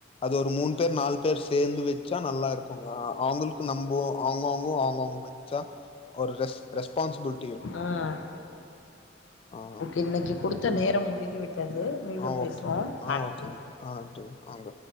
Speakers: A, on the left; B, on the left.
A: அது ஒரு மூண் பேர் நாலு பேர் சேந்து வெச் சா நல்லா இருக்குங்க அவங்களுக்கு நம்போ அவங்கவ்ங்கோ அவங்கவ்ங்க வச்சா ஒரு ரெஸ் ரெஸ்பான்சிபுல்
B: ஆஹ்
A: ஆ
B: ஓகே இன்னைக்கி குடுத்த நேரம் முடிந்து விட்டது மீண்டும்
A: ஆ
B: பேசுவோம்
A: ஓகே ஆ
B: நன்றி
A: ஓகேங்க ஆ டீ ஆங்க